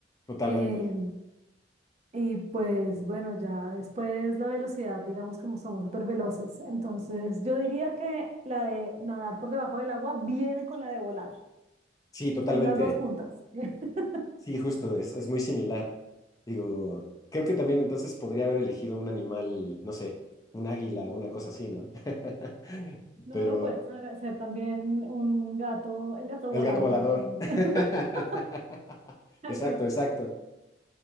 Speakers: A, on the left; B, on the right.
A: totalmente.
B: eh, Y pues bueno, ya después la velocidad, digamos como somos súper veloces. Entonces yo diría que la de nadar por debajo del agua viene con la de volar.
A: Sí, totalmente.
B: Son las dos juntas. <laughs>
A: Sí, justo, es, es muy similar. Digo, creo que también entonces podría haber elegido un animal, no sé, un águila o una cosa así, ¿no? <laughs>
B: No,
A: Pero
B: puedes ser también un gato, el gato
A: El
B: volador.
A: gato volador. <laughs>
B: <laughs> Eso,
A: Exacto, exacto.